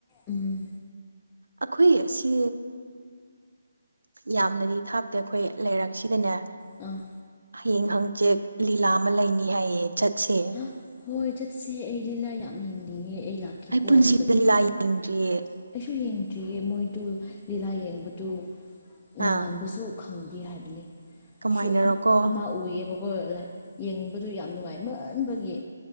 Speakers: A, on the left; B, on the right.
A: ꯎꯝ
B: ꯑꯩꯈꯣꯏ ꯑꯁꯤ ꯌꯥꯝꯅꯗꯤ ꯊꯥꯞꯇꯦ ꯑꯩꯈꯣꯏ ꯂꯩꯔꯛꯁꯤꯗꯅꯦ
A: ꯑꯝ
B: ꯍꯪ ꯍꯪꯆꯦꯛ ꯂꯤꯂꯥ ꯑꯃ ꯂꯩꯅꯤ ꯍꯥꯏꯌꯦ ꯆꯠꯁꯦ
A: ꯍꯥ ꯍꯣꯏ ꯆꯠꯁꯦ ꯑꯩ ꯂꯤꯂꯥ ꯌꯥꯝ ꯌꯦꯡꯅꯤꯡꯉꯦ ꯑꯩ ꯂꯥꯛꯀꯦꯀꯣ
B: ꯄꯨꯟꯁꯤꯗ
A: ꯑꯗꯨꯒ ꯆꯠꯁꯦ
B: ꯂꯤꯂꯥ ꯌꯦꯡꯗ꯭ꯔꯤꯌꯦ
A: ꯑꯩꯁꯨꯏ ꯗ꯭ꯔꯤꯌꯦ ꯃꯣꯏꯗꯨ ꯂꯤꯂꯥ ꯌꯦꯡꯕꯗꯨ ꯅꯣꯡꯉꯥꯟꯕꯁꯨ
B: ꯑꯥ
A: ꯈꯪꯗꯦ ꯍꯥꯏꯕꯅꯤ
B: ꯀꯃꯥꯏꯅꯔꯣꯀꯣ
A: ꯁ ꯑꯃꯥ ꯎꯌꯦꯕꯀꯣ ꯌꯦꯡꯕꯗꯨ ꯌꯥꯝ ꯅꯨꯡꯉꯥꯏ ꯈꯟꯕꯒꯤ